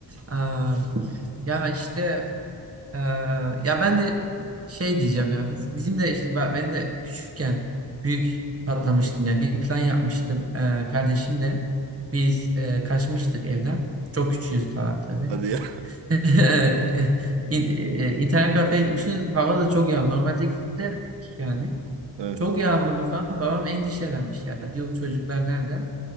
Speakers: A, on the right; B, on the right.
A: Ee, ya işte e, ya ben de şey diyeceğim ya biz, bizim de işte ben, ben de küçükken büyük patlamıştım ya bir plan yapmıştım e, kardeşimle biz e, kaçmıştık evden çok küçüğüz daha tabii
B: Hadi ya.
A: <laughs> İn, e, internet kafeye gitmişiz hava da çok yağmurlu normalde giderdik yani
B: <laughs> Evet.
A: çok yağmurlu falan babam endişelenmiş ya diyor bu çocuklar nerede